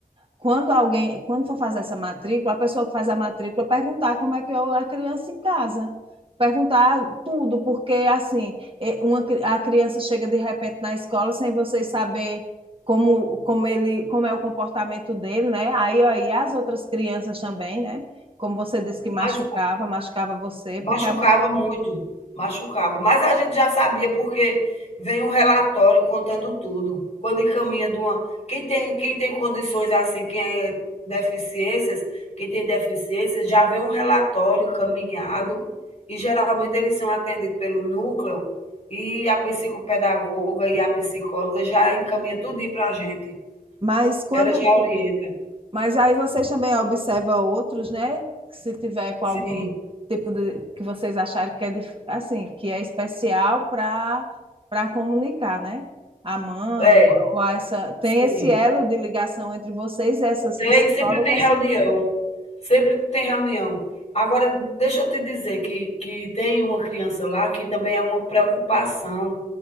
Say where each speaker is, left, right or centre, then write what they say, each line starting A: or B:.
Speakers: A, on the right; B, on the left.
A: quando alguém, quando for fazer essa matrícula, a pessoa que faz a matrícula perguntar como é que é a criança em casa. Perguntar tudo, porque assim, é, uma, a criança chega de repente na escola sem vocês saber como, como ele, como é o comportamento dele, né? Aí, aí as outras crianças também, né? Como você disse que machucava,
B: Mas
A: machucava você,
B: Machucava
A: porque a... mãe...
B: muito, machucava. Mas a gente já sabia porque vem um relatório contando tudo. Quando encaminha de uma quem tem quem tem condições assim, quem é deficiências, quem tem deficiências, já vem um relatório encaminhado e geralmente eles são atendidos pelo núcleo e a psicopedagoga e a psicóloga já encaminha tudinho para a gente.
A: mas quando
B: Ela já orienta.
A: Mas aí vocês também observam outros, né? Se tiver com
B: Sim,
A: algum tipo de que vocês acharem que é dif- assim, que é especial para para comunicar, né? A mãe
B: é,
A: ou, ou a essa tem
B: sim.
A: esse elo de ligação entre vocês e essas
B: Tem,
A: psicólogas.
B: sempre tem reunião. Sempre tem reunião. Agora, deixa eu te dizer que, que tem uma criança lá que também é uma preocupação